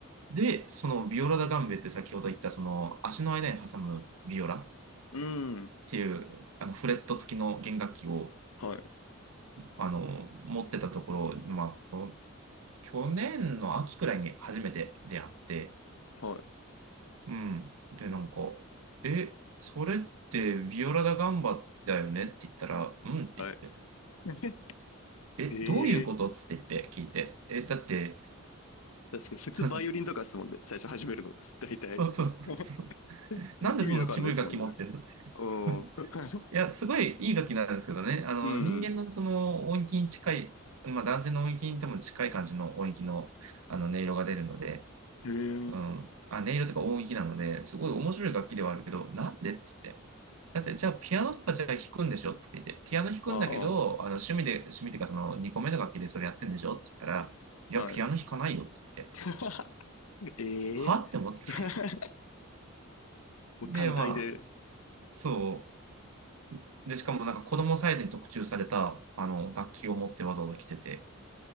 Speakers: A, on the right; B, on the left.
A: で、そのビオラダガンベって先ほど言った、その足の間に挟むビオラっ
B: うん。
A: ていう、あの、フレット付きの弦楽器を、
B: はい。
A: あの、持ってたところ、まあ、この去年の秋くらいに初めて出会って、
B: はい。
A: うん。で、なんか、え、それってビオラダガンバだよねって言ったら、うんって言って、
B: はい。<laughs>
A: え、
B: ええ、
A: どういうことつって言って聞いて。え、だって、
B: 確かに、普通バイオリンとかですもんね。
A: <laughs>
B: 最初始めるの。大体。
A: そうそうそうそう。
B: <laughs>
A: なんでそんな渋い楽器持ってんだって。
B: 意味わかんないですもんね。うん。
A: <laughs>
B: <laughs>
A: いや、すごいいい楽器なんですけどね。あの、
B: うん。
A: 人間のその音域に近い、まあ男性の音域に多分近い感じの音域の、あの音色が出るので、
B: へえ
A: うん。あ、音色とか音域なので、すごい面白い楽器ではあるけど、なんでって言って。だって、じゃあピアノとかじゃあ弾くんでしょって言って、ピアノ弾くんだけど、
B: あ
A: あの趣味で、趣味っていうかその2個目の楽器でそれやってんでしょって言ったら、いや、
B: あ、はい。
A: ピアノ弾かないよって言って。
B: <laughs> ええ
A: はって思って。
B: <laughs> もう単体で。
A: で、まあ、そう。で、しかもなんか子供サイズに特注された、あの、楽器を持ってわざわざ来てて。